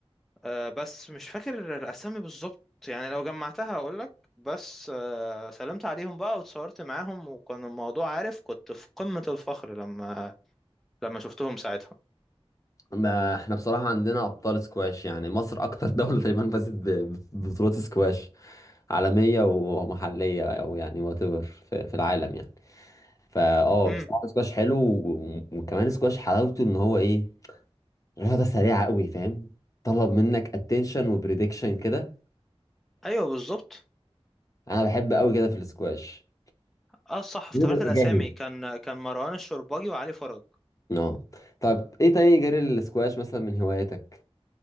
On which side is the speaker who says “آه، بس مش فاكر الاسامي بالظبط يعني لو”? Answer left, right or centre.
Centre